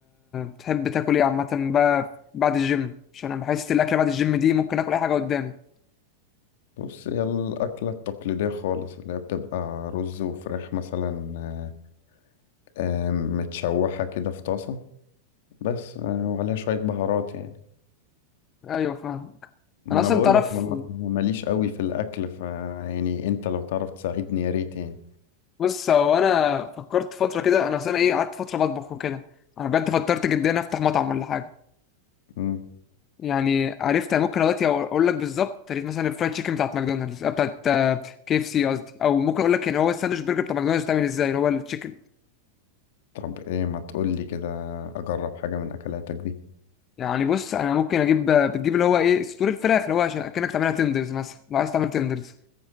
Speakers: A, on the left (about 30°); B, on the left (about 70°).
A: بتحب تاكل ايه عامة بقى بعد الجيم عشان انا بحس الاكل بعد الجيم دي ممكن اكل اي حاجة قدامي
B: بص هي الأكلة التقليدية خالص اللي هي بتبقى رز وفراخ مثلا آه، آه، متشوحة كده في طاسة بس آه، وعليها شوية بهارات يعني
A: ايوه فاهم
B: ما
A: انا
B: انا
A: اصلا
B: بقول
A: تعرف
B: لك انا ما- ماليش قوي في الاكل ف يعني انت لو تعرف تساعدني يا ريت يعني
A: بص هو انا فكرت فترة كده انا اصلا ايه قعدت فترة بطبخ وكده انا بجد فكرت جدا افتح مطعم ولا حاجة
B: مم.
A: يعني عرفت أنا ممكن دلوقتي اقول لك بالظبط طريقة مثلا الفرايد تشيكن بتاعت ماكدونالدز آه، بتاعت آه، كي اف سي قصدي او ممكن اقول لك يعني هو الساندوتش برجر بتاع ماكدونالدز بتعمل ازاي اللي هو التشيكن
B: طب ايه ما تقول لي كده اجرب حاجة من اكلاتك دي
A: يعني بص انا ممكن اجيب بتجيب اللي هو ايه صدور الفراخ اللي هو عشان اكنك تعملها تندرز مثلا لو عايز تعمل تندرز